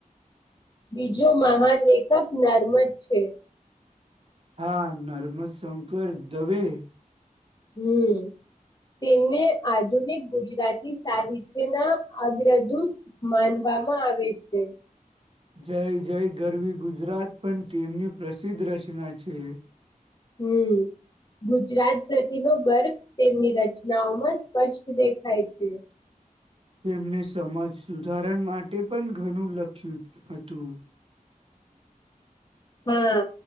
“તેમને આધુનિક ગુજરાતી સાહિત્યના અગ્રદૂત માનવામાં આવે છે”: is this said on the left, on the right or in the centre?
Left